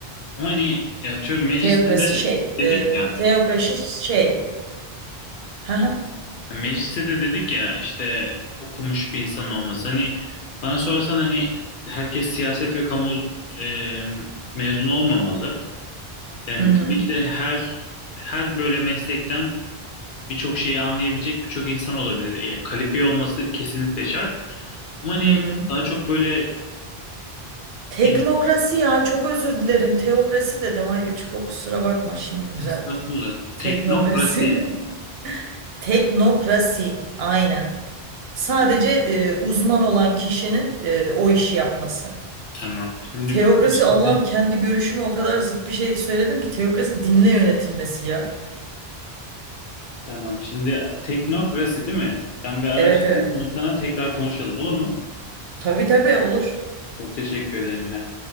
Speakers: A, on the left; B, on the right.
A: Ama hani ya atıyorum mecliste
B: Teokrasi
A: de
B: şey,
A: dedik
B: e,
A: ya
B: teokrasi şey. Hı hı.
A: Mecliste de dedik ya işte okumuş bir insan olması. Hani bana sorarsan hani herkes siyaset ve kamu e, mezunu olmamalı. Yani
B: Hı hı.
A: tabii ki de her her böyle meslekten birçok şeyi anlayabilecek birçok insan olabilir. Yani kalifiye olması kesinlikle şart. Ama hani
B: Hı hı.
A: daha çok böyle
B: Teknokrasi
A: yani
B: ya çok özür dilerim. Teokrasi dedim. Hayır çok kusura bakma şimdi düzelttim.
A: estağfurullah
B: Teknokrasi.
A: teknokrasi
B: <laughs> Teknokrasi aynen. Sadece
A: tamam.
B: e, uzman olan kişinin e, o işi yapması.
A: Tamam. Şimdi
B: Teokrasi
A: araştırdım.
B: Allah'ım kendi görüşüme o kadar zıt bir şey söyledim ki teokrasi dinle yönetilmesi ya.
A: tamam. Şimdi teknokrasi değil mi? Ben bir araştırayım
B: Evet evet.
A: bunu sana tekrar konuşalım olur mu?
B: Tabii tabii olur.
A: Çok teşekkür ederim İrem.